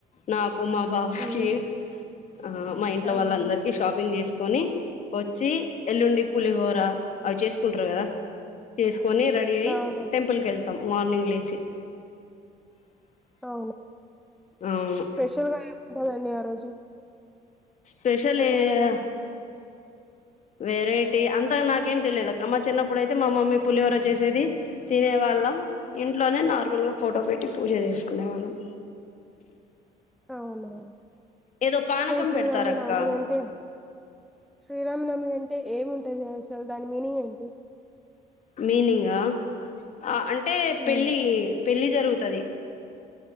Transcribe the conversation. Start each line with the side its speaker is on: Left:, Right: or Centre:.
Left: నాక్ మా బాబ్
Centre: ఉమ్,
Left: కి ఆ మా ఇంట్లో
Centre: అవునా
Left: వాళ్ళందరికి షాపింగ్ చేసుక్ ని వచ్చి ఎల్లుండి పులిహోర
Centre: ఉమ్,
Left: అవి చేసుకుంటారు కదా చేస్ కని రెడీ అయి
Centre: అవునా
Left: టెంపుల్ కెళ్తాం మార్నింగ్ లేసి
Centre: అవున
Left: అవును
Centre: స్పెషల్గా ఎం ఉంముంటదండి ఆ రోజు
Left: స్పెషల్
Centre: ఏమైనా
Left: ఏ
Centre: వెరైటీ
Left: అ వెరైటీ అంత నాకేం తెలియదు అక్క మా చిన్నప్పుడు అయితే మా మమ్మీ పులిహోర చేసేది తినేవా ళ్ళం ఇంట్లోనే నార్మల్ గా ఫోటో పెట్టి పూజ చేసుకునే వాళ్ళం
Centre: అవునా
Left: ఏదో పానకం
Centre: శ్రీరామి
Left: పెడతారక్క
Centre: నవమి అంటే శ్రీరామనమి అంటే ఏముంటది అసలు దాని మీనింగ్ ఏంటి
Left: మీనింగా అ అంటే
Centre: ఉమ్
Left: పెళ్ళి పెళ్ళి జరుగుతది